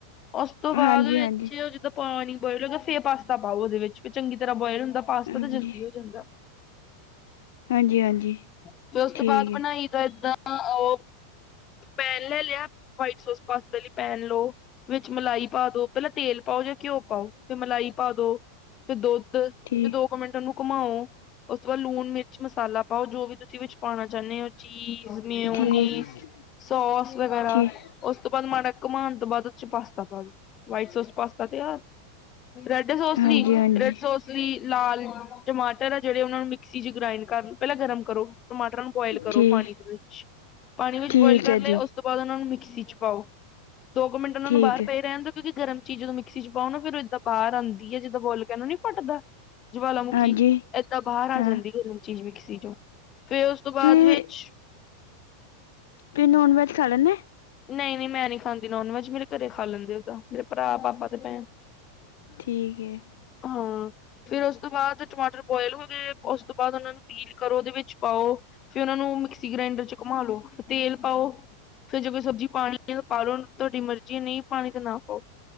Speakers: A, on the left; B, on the left.
A: ਉਸ ਤੋਂ ਬਾਅਦ
B: ਹਾਂਜੀ ਹਾਂਜੀ
A: ਵਿੱਚ ਪਾਣੀ ਬੋਆਇਲ ਹੋਏ, ਫਿਰ ਪਾਸਤਾ ਪਾਓ ਉਹਦੇ ਵਿੱਚ, ਚੰਗੀ ਤਰ੍ਹਾਂ ਬੋਆਇਲ ਹੁੰਦਾ, ਪਾਸਤਾ
B: ਹਾਂਜੀ
A: ਤਾਂ ਜਲਦੀ ਹੋ ਜਾਂਦਾ
B: ਹਾਂਜੀ ਹਾਂਜੀ
A: ਫਿਰ ਉਸ ਤੋਂ
B: ਠੀਕ
A: ਬਾਅਦ ਬਣਾਈ
B: ਹੈ
A: ਦਾ, ਏਦਾਂ ਉਹ ਪੈਨ ਲੈ ਲਿਆ, ਵਾਈਟ ਸੋਸ ਪਾਸਤਾ ਲਈ ਪੈਨ ਲੋ। ਵਿੱਚ ਮਲਾਈ ਪਾ ਦੋ, ਪਹਿਲਾਂ ਤੇਲ ਪਾਓ ਜਾਂ ਘਿਓ ਪਾਓ ਫਿਰ ਮਲਾਈ ਪਾ ਦੋ। ਫਿਰ ਦੁੱਧ, ਫਿਰ
B: ਠੀਕ
A: ਦੋ ਕੁ ਮਿੰਟ ਉਹਨੂੰ ਘੁਮਾਓ, ਉਸ ਤੋਂ ਬਾਅਦ ਲੂਣ ਮਿਰਚ ਮਸਾਲਾ ਪਾਓ ਜੋ ਵੀ ਫਿਰ ਵਿੱਚ ਪਾਉਣਾ ਚਾਹੁੰਨੇ ਹੋ ਚੀਜ਼, ਮਿਉਨੀਜ਼
B: ਠੀਕ
A: ਸੋਸ ਵਗੈਰਾ
B: ਠੀਕ
A: ਉਸ ਤੋਂ ਬਾਅਦ, ਮਾੜਾ ਘੁੰਮਾਉਣ ਤੋਂ ਬਾਅਦ ਚ ਪਾਸਤਾ ਪਾ ਦੋ, ਵਾਈਟ ਸੋਸ ਪਾਸਤਾ ਤੈਯਾਰ, ਰੈਡ ਸੋਸ
B: ਹਾਂਜੀ
A: ਨੀ,
B: ਹਾਂਜੀ
A: ਰੈਡ ਸੋਸ ਚ ਤੁਸੀਂ ਲਾਲ ਟਮਾਟਰ ਆ ਜਿਹੜੇ ਉਹਨਾਂ ਨੂੰ ਮਿਕਸੀ ਚ ਗ੍ਰਾਇੰਡ ਕਰ ਲੋ, ਪਹਿਲਾਂ ਗਰਮ ਕਰੋ ਟਮਾੱਟਰ ਨੂੰ ਬੋਆਇਲ ਕਰੋ
B: ਠੀਕ
A: ਪਾਣੀ ਦੇ ਵਿੱਚ, ਪਾਣੀ ਵਿੱਚ
B: ਠੀਕ
A: ਬੋਆਇਲ ਕਰ
B: ਹੈ
A: ਲਏ,
B: ਜੀ
A: ਉ ਉਸ ਤੋਂ ਬਾਅਦ ਉਹਨਾਂ ਨੂੰ ਮਿਕਸੀ ਚ ਪਾਓ, ਦੋ ਕੁ ਮਿੰਟ ਉਹਨਾਂ
B: ਠੀਕ
A: ਨੂੰ ਬਾਹਰ
B: ਹੈ
A: ਪਏ ਰਹਿਣ ਦੋ ਕਿਉਂਕੀ ਗਰਮ ਚੀਜ਼ ਜਦੋਂ ਮਿਕਸੀ ਚ ਪਾਓ ਫਿਰ ਏਦਾਂ ਬਾਹਰ ਆਂਦੀ ਹੈ, ਜਿੱਦਾਂ ਵੋਲਕੈਨੋ ਨੀ ਫਟੱਦਾ ਜਵਾਲਾਮੁੱਖੀ,
B: ਹਾਂਜੀ
A: ਏਦਾਂ ਬਾਹਰ
B: ਹਾਂ
A: ਆ ਜਾਂਦੀ ਗਰਮ ਚੀਜ਼ ਮਿਕਸੀ ਚੋਂ। ਫਿਰ ਉਸ ਤੋਂ ਬਾਅਦ
B: ਤੁਸੀਂ
A: ਵਿੱਚ
B: ਤੁਸੀਂ ਨੋਨ ਵੈੱਜ ਖਾ ਲੈਂਦੇ ਹੋ
A: ਨਹੀਂ ਨਹੀਂ ਮੈਂ ਨੀ ਖਾਂਦੀ ਨੋਨ ਵੈਜ, ਮੇਰੇ ਘਰੇ ਖਾ ਲੈਂਦੇ ਓਦਾਂ, ਮੇਰੇ ਭਰਾ ਪਾਪਾ ਦੁਪਹਿਰ
B: ਠੀਕ ਹੈ
A: ਹਾਂ, ਫਿਰ ਉਸ ਤੋਂ ਬਾਅਦ ਟਮਾਟਰ ਬੋਆਇਲ ਹੋ ਗਏ, ਉਸ ਤੋਂ ਬਾਅਦ ਉਹਨਾਂ ਨੂੰ ਪੀਲ ਕਰੋ, ਉਹਦੇ ਵਿੱਚ ਪਾਓ, ਫਿਰ ਉਹਨਾਂ ਨੂੰ ਮਿਕਸੀ ਗ੍ਰੈਂਡਰ ਚ ਘੁੰਮਾ ਲੋ, ਫਿਰ ਤੇਲ ਪਾਓ ਫਿਰ ਜੇ ਕੋਈ ਸਬਜ਼ੀ ਪਾਣੀ ਹੈ ਤਾਂ ਪਾ ਲੋ ਤੁਹਾੱਡੀ ਮਰਜ਼ੀ ਹੈ, ਨਹੀਂ ਪਾਣੀ ਤਾਂ ਨਾ ਪਾਓ।